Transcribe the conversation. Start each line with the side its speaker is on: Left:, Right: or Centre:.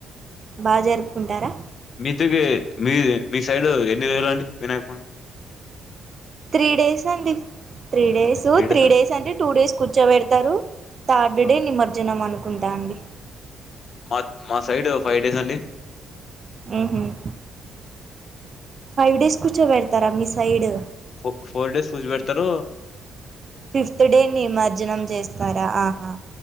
Right: బాగా జరుపుకుంటారా
Left: తిదే మీది మీ సైడ్ ఎన్ని రోజులు అండి వినాయకప
Right: త్రీ డేస్ అండి త్రీ డేసు త్రీ
Left: డేసా?
Right: డేస్ అంటే టూ డేస్ కూర్చోబెడతారు థర్డ్
Left: ఆ!
Right: డే నిమజ్జనం అను కుంటాండి
Left: మాక్ మా సైడు ఫైవ్ డేస్ అండి
Right: ఉహుమ్ ఫైవ్ డేస్ కూర్చోబెడతారా మీ సైడ్
Left: ఫో ఫోర్ డేస్ కూర్చోబెడతారు
Right: ఫిఫ్త్ డే నిమజ్జనం చేస్తారా ఆహా